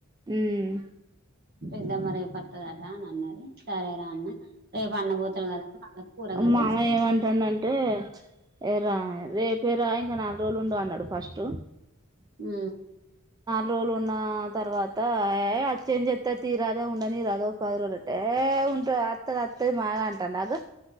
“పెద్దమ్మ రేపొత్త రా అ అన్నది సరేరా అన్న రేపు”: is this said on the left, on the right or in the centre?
Right